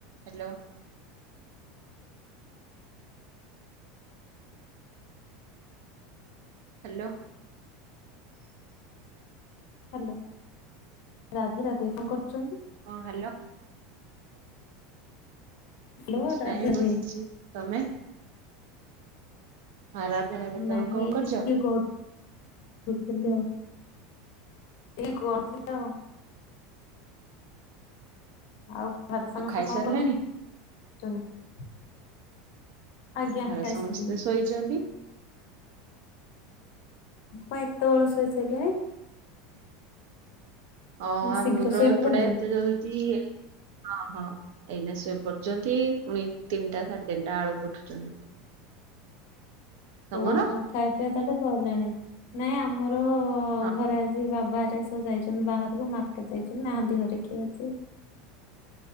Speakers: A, on the right (about 65°); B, on the left (about 60°).
A: Hello hello.
B: Hello Radhe Radhe କଣ କରୁଛନ୍ତି
A: ହଁ ହ୍ୟାଲୋ।
B: ହ୍ୟାଲୋ
A: କିଛି
B: ରାଧେ
A: ନାହିଁ
B: ରାଧେ
A: ବସିଛି ତମେ ହଁ ରାଧେ ରାଧେ ତମେ
B: ନାହିଁ
A: କଣ କରୁଛ?
B: ଯେ ଟିକେ ଗ <unintelligible> ଏଇ <unintelligible> ଆଉ ଘରେ ସମସ୍ତେ
A: ଆଉ ଖାଇସାରିଲାଣି
B: କଣ କରୁଛନ୍ତି <unintelligible>
A: ଘରେ
B: ଖାଇସାରିଲିଣି।
A: ସମସ୍ତେ ଶୋଇଛନ୍ତି।
B: କଣ ଏତେ ବେଳୁ ଷୋଇ ସାଇଲେଣି
A: ହଁ
B: ନା
A: ଆମର
B: ଶୀଘ୍ର ଶୋଇପଡନ୍ତି?
A: ଏପଟେ ଏତେ ଜଲଦି ହଁ ହଁ ଏଇନା ଶୋଇପରୁୁଛନ୍ତି ପୁଣି ତିନିଟା ସାଢେ ତିନିଟା ଆଳକୁ ଉଠୁଛନ୍ତି। ତମର
B: ଓହୋ ଖାଇ ପିଇବା ତାହେଲେ ସରିଲାଣି ନାଇଁ ଆମର
A: ହଁ
B: ଘରେ ଆଜି ବାବାହାରେ ଯାଇଛନ୍ତି ବାହାରକୁ ମାର୍କେଟ ଯାଇଛନ୍ତି ନାହାନ୍ତି ଘରେ କିଏ ଆଜି।